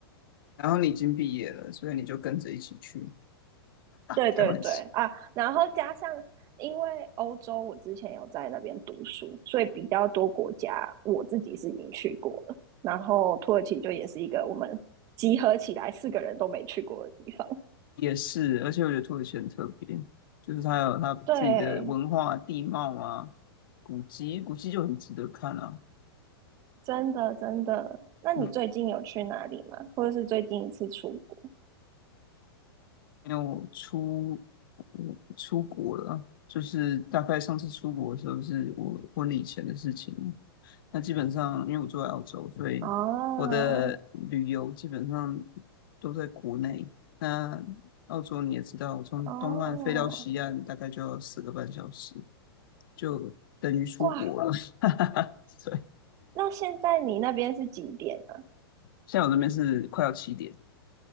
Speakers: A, on the left; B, on the right.
A: 然后你已经毕业了，所以你就跟着一起去。
B: 对对对啊，
A: 开玩笑，
B: 然后加上因为欧洲，我之前有在那边读书，所以比较多国家我自己是已经去过了。然后土耳其就也是一个我们集合起来四个人都没去过的地方。
A: 也是，而且我觉得土耳其很特别，就是它有它自己的文化、
B: 对，
A: 地貌啊、古迹，古迹就很值得看啊。
B: 真的真的。那你最近有去哪里吗？
A: 嗯，
B: 或者是最近一次出国？
A: 因为我出嗯出国了，就是大概上次出国的时候是我婚礼前的事情了。那基本上因为我住在澳洲，所以我的旅游基本上
B: 哦
A: 都在国内。那澳洲你也知道，从东岸飞到西岸大概就要四个半小时，
B: 哦，
A: 就等于出国了。
B: 哇，
A: <laughs> 对，
B: 那现在你那边是几点啊？
A: 现在我这边是快要七点，